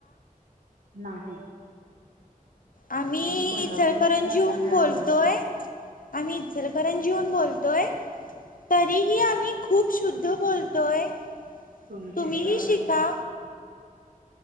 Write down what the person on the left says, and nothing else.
आम्ही
इचलकरंजीहून
बोलतोय
आम्ही इचलकरंजीहून बोल तोय तरीही आम्ही खूप शुद्ध बोलतोय.
तुम्हीही
शिका.